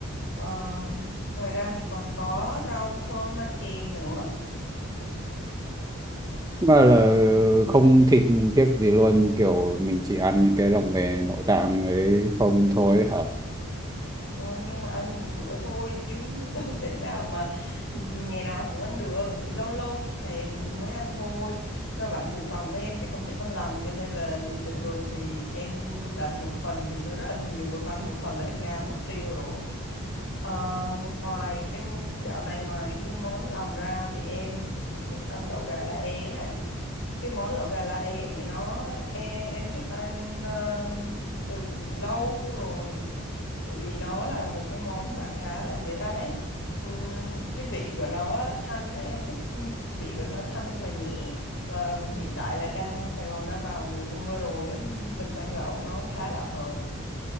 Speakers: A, on the left (about 60°); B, on the right (about 15°).
A: Ờ, ngoài ra thì còn có rau thơm ăn kèm nữa
B: mà là không thịt tiếc gì luôn kiểu mình chỉ ăn những cái lòng về nội tạng ấy không thôi hả
A: Vâng, nhưng mà ăn một bữa thôi chứ <laughs> đâu thể nào mà ngày nào cũng ăn được, kiểu lâu lâu thèm thì mới ăn thôi. Và bạn cùng phòng của em thì không thích ăn lòng cho nên là bình thường thì em đặt một phần thì nó rất là nhiều, em ăn một phần là em ngán mất tiêu rồi. Ờ, ngoài cái dạo này ngoài cái món lòng ra thì em cũng thích ăn lẩu gà lá é này cái món lẩu gà lá é thì nó em, em thích ăn ờ, từ lâu rồi kiểu, bởi vì nó là một cái món mà khá là dễ ăn ấy Ừm, cái vị của nó thanh ấy, em thích vị của nó thanh và nhẹ và hiện tại là đang Sài Gòn đã vào mùa mưa rồi á, mình ăn lẩu nó khá là hợp